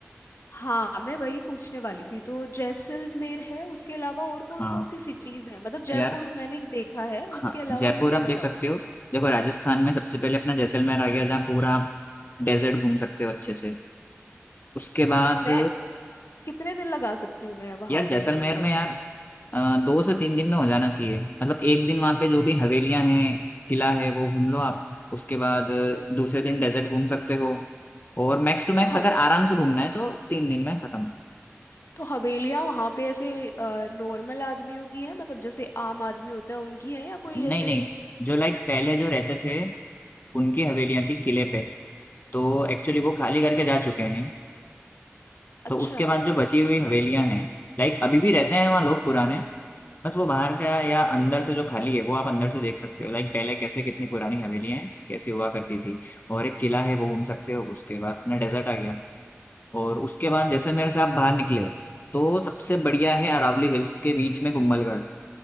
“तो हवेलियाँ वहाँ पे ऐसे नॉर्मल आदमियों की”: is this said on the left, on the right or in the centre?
Left